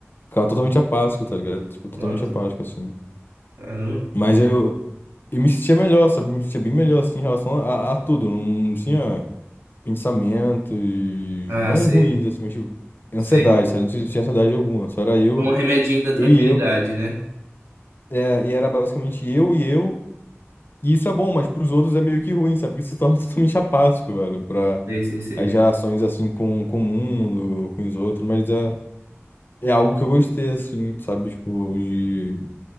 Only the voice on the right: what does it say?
Nossa,
caramba.
Ah,
sei,
sei.
Foi um remedinho da tranquilidade,
né?
Sei, sei, sei.